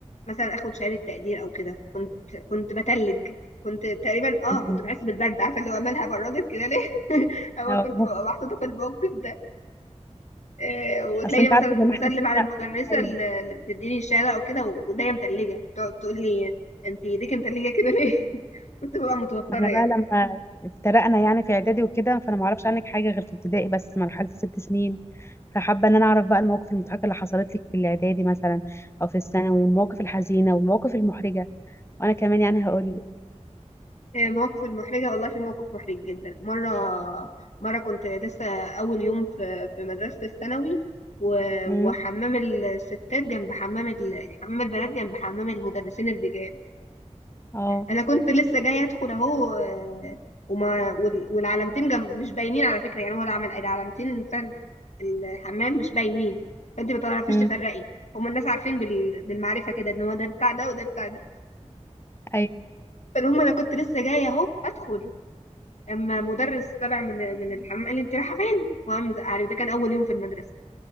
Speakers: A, on the left; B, on the left.
A: مثلا اخد شهاده تقدير او كده كنت كنت بتلج كنت تقريبا اه
B: أمم.
A: كنت بحس بالبرد عارفه اللي هو مالها بردت كده ليه <laughs> هو
B: أو-
A: كنت ببقى محطوطه في الموقف ده آه، وتلاقيني
B: اصل انت
A: مثلا
B: عارفه زي ما
A: بسلم
B: احنا كنا-
A: على المدرسة
B: ايوه
A: اللي اللي بتديني الشهادة أو كده وإيديا متلجة تقعد تقول لي أنت إيديك متلجة كده ليه؟ <laughs> كنت ببقى متوترة
B: ما احنا
A: يعني
B: بقى لما افترقنا يعني في اعدادي وكده فانا ما اعرفش عنك حاجه غير في ابتدائي بس مرحله الست سنين فحابه ان انا اعرف بقى المواقف المضحكه اللي حصلت لك في الاعدادي مثلا او في الثانوي والمواقف الحزينه والمواقف المحرجه وانا كمان يعني هقول لك
A: آه، مواقف المحرجة والله في موقف محرج جدا مرة مرة كنت لسه أول يوم في في مدرسة الثانوي و-
B: امم
A: وحمام الستات جنب حمام ال- حمام البنات جنب حمام المدرسين الرجال
B: اه
A: انا كنت لسه جايه ادخل اهو آه، وما وال- والعلامتين جم مش باينين على فكره يعني هو العم- العلامتين بتاع الحمام مش باينين فانت ما تعرفيش
B: امم
A: تفرقي هما الناس عارفين بال- بالمعرفه كده ان هو ده بتاع ده وده بتاع ده
B: ايوه
A: فالمهم انا كنت لسه جايه اهو ادخل اما مدرس طلع من من الحمام قال لي انت رايحه فين وقام زعلي ده كان اول يوم في المدرسه